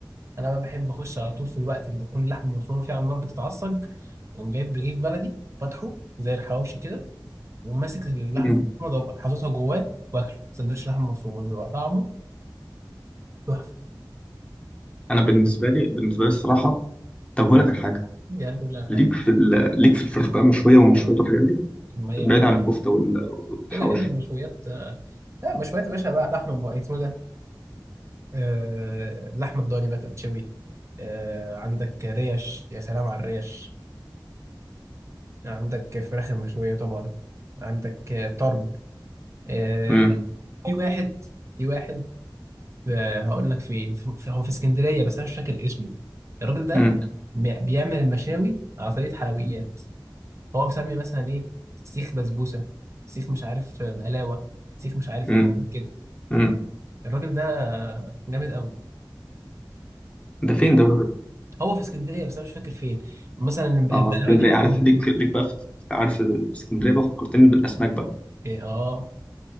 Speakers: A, on the right; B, on the left.
A: انا بقى بحب اخش على طول في الوقت اللي تكون اللحمه المفرومه فيه على النار بتتعصج واقوم جايب رغيف بلدي فاتحه زي الحواوشي كده وماسك اللحمه
B: امم
A: المفرومه حاططها جواه واكله سندوتش لحمه مفرومه بيبقى طعمه تحفه
B: انا بالنسبة لي بالنسبة لي الصراحة طب هقول لك على حاجة
A: دي كل
B: ليك
A: حاجه
B: في ال... ليك في الفراخ بقى مشوية ومشوية والحاجات دي
A: ما هي
B: بعيد عن الكفتة وال- والحواوشي
A: كده كده المشويات لا مشويات يا باشا بقى لحمه بقى اسمه ده آه اللحمه الضاني بقى تتشوي آه عندك ريش يا سلام على الريش عندك فراخ مشويه طبعا عندك آه، طرب آه
B: امم
A: في واحد في واحد آه هقول لك فين في- هو في اسكندريه بس انا مش فاكر اسمه الراجل ده
B: امم
A: بيعمل المشاوي على طريقه حلويات هو مسمي مثلا ايه سيخ بسبوسه سيخ مش عارف بقلاوه سيخ مش عارف
B: امم
A: ايه كده
B: امم
A: الراجل ده جامد قوي
B: ده فين ده
A: هو في اسكندريه بس انا مش فاكر فين مثلا
B: اه
A: البقلاوه
B: اسكندرية
A: دي مثلا
B: عارف
A: من-
B: ليك ليك بقى في... عارف اسكندرية بقى فكرتني بالأسماك بقى
A: إيه إيه، اه